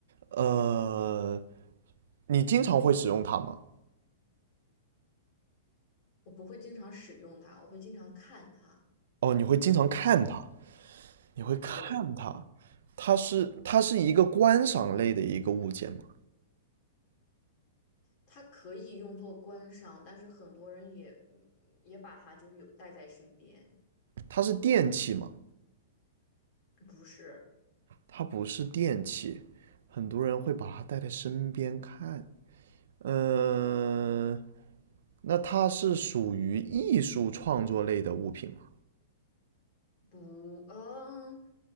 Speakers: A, on the right (about 70°); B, on the left (about 40°).
A: 呃，你经常会使用它吗？
B: 我不会经常使用它，我会经常看它。
A: 哦，你会经常看它，你会看它。
B: 对，
A: 它是它是一个观赏类的一个物件吗？
B: 它可以用作观赏，但是很多人也嗯也把它就是有带在身边。
A: 它是电器吗？
B: 不是。
A: 它不是电器，很多人会把它带在身边看。嗯，那它是属于艺术创作类的物品吗？
B: 不，嗯、